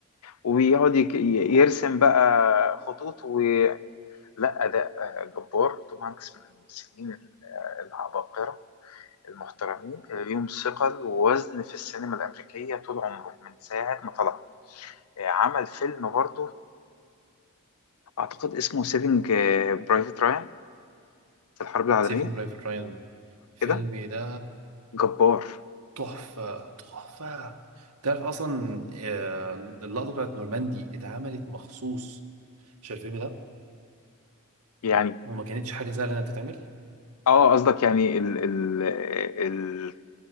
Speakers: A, on the left; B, on the right.
A: ويقعد يك- ي- يرسم بقى خطوط و لا ده آه، جبار توم هانكس من الممثلين ال- آه، العباقرة المحترمين آه، ليهم ثقل ووزن في السينما الأمريكية طول عمره من ساعة ما طلع آه، عمل فيلم برضه أعتقد اسمه سيفنج برايفت رايان في الحرب العالمية
B: سيفينج برايفت رايان الفيلم
A: كده
B: ده
A: جبار
B: تحفة تحفة تعرف أصلا آه، اللقطة بتاعت نورماندي اتعملت مخصوص عشان الفيلم ده
A: يعني
B: وما كانتش حاجة سهلة إنها تتعمل
A: اه قصدك يعني ال ال